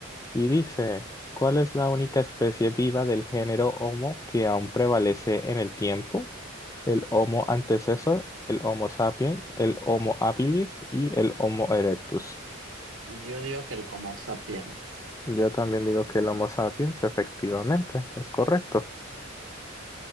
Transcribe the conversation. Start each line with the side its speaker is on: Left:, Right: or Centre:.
Left: Y dice, ¿cuál es la única especie viva del género Homo que aún prevalece en el tiempo? El Homo antecessor, el Homo sapiens, el Homo habilis y el Homo erectus.
Right: Yo digo que el Homo sapiens.
Left: Yo también digo que el Homo sapiens, efectivamente, es correcto.